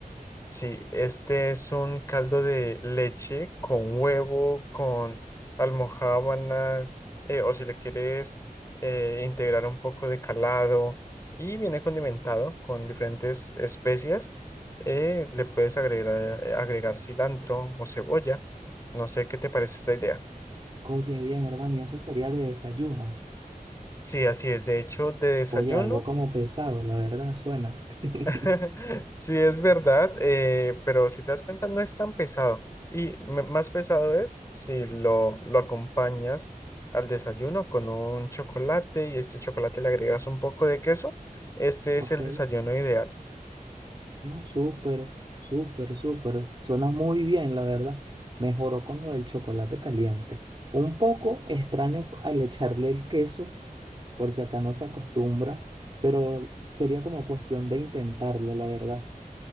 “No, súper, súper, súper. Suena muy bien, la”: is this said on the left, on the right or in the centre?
Right